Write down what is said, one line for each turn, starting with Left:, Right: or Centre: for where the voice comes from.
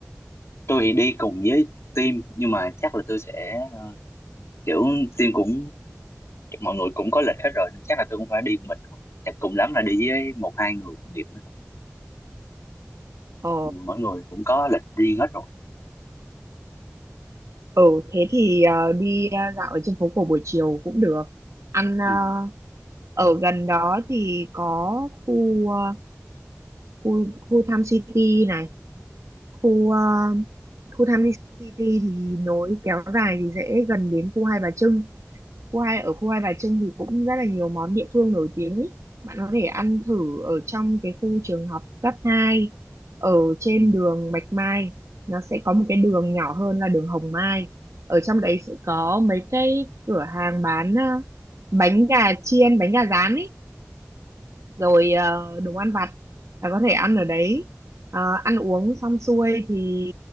Left: tôi thì đi cùng với team nhưng mà chắc là tôi sẽ ờ, kiểu team cũng mọi người cũng có lịch hết rồi nên chắc là tôi cũng phải đi một mình không chắc cùng lắm là đi với một hai người đồng nghiệp nữa thôi
Right: Ờ,
Left: Ừ, mỗi người cũng có lịch riêng hết rồi
Right: ừ thế thì ờ, đi ờ, dạo ở trên phố cổ buổi chiều cũng được. Ăn ờ,
Left: ừ.
Right: ở gần đó thì có khu ờ, khu khu Tham City này khu ờ, khu Tham Ly City thì nối kéo dài thì sẽ gần đến khu Hai Bà Trưng khu hai ở khu Hai Bà Trưng thì cũng rất là nhiều món địa phương nổi tiếng ý. Bạn có thể ăn thử ở trong cái khu trường học cấp 2 ở trên
Left: Ừ.
Right: đường Bạch Mai nó sẽ có một cái đường nhỏ hơn là đường Hồng Mai ở trong đấy sẽ có mấy cái cửa hàng bán ờ, bánh gà chiên bánh gà rán ý rồi ờ, đồ ăn vặt là có thể ăn ở đấy Ờ, ăn uống xong xuôi thì